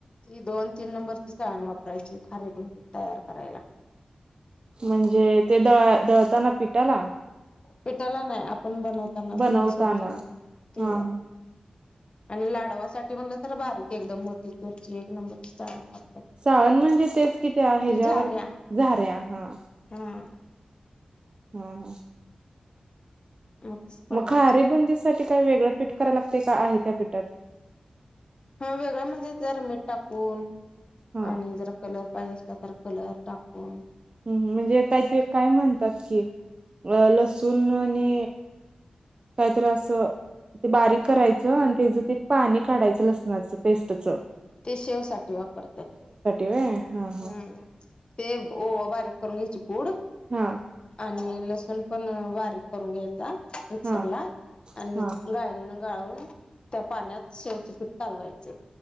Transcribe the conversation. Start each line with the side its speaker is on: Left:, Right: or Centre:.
Left: ही दोन तीन नंबरची चाळण वापरायची खारीे बुदीं तयार करायला.
Right: म्हणजे ते द दळताना पिटाला?
Left: पिटाला नाय आपण बनवताना
Right: बनवताना
Left: बुंदी सोडताना तेलात.
Right: हा हा
Left: आणि लाडवासाठी म्हणलं तर बारीक एकदम मोती चुरची एक नंबरची चाळन वाप.
Right: साळण म्हणजे तेच कि ते ह्याच्यावर
Left: झाऱ्या
Right: झाऱ्या हा.
Left: हा.
Right: हा हा.
Left: मगच पाडायची
Right: मग खारी बुंदीसाठी काही वेगळं पीठ करायला लागतय का आहे त्या पीठात?
Left: हा वेगळ म्हणजे जरा मीठ टाकून
Right: हा
Left: आणि जरा कलर. पाहिजे असल तर कलर टाकून.
Right: हम् म्हणजे काय ते काय म्हणतात कि अ लसूण आणि काय तर अस. ते बारीक करायचं आणि तेच ते पाणी काढायचं लसणाचं पेस्टच.
Left: ते शेवसाठी वापरतात
Right: व्हय हा हा
Left: हम्म. ते ओवा बारीक करून घ्यायची पूड आ.
Right: हा
Left: आणि लसूण पण बारीक करून घ्यायचा मिक्सर
Right: हा
Left: ला आणि
Right: हा हा
Left: गाळणीने गाळून त्या पाण्यात शेवच पीठ कालवायच.